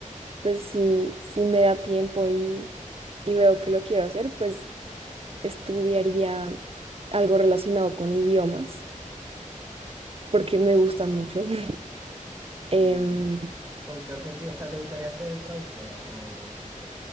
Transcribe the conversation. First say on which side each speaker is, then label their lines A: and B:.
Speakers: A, on the right (about 45°); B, on the right (about 15°).
A: pues si, si me da tiempo y, y veo que lo quiero hacer, pues estudiaría algo relacionado con idiomas, porque me gustan mucho. <laughs> Em,
B: ¿Y con qué objetivo? O sea, ¿te gustaría ser traductora o